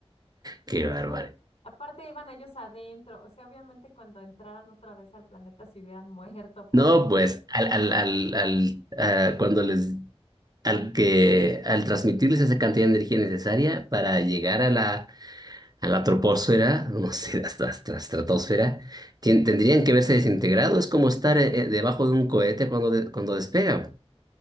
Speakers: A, on the right; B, on the left.
A: Qué
B: O
A: bárbaro.
B: sea, aparte iban ellos adentro, o sea, obviamente cuando entraran otra vez al planeta se hubieran muerto por
A: No,
B: él.
A: pues, al, al, al, al, ah, cuando les, al que, al transmitirles esa cantidad de energía necesaria para llegar a la, a la troposfera, <laughs> no sé, hasta hasta la estratosfera, tien- tendrían que verse desintegrados, es como estar eh, eh, debajo de un cohete cuando, de- cuando despega.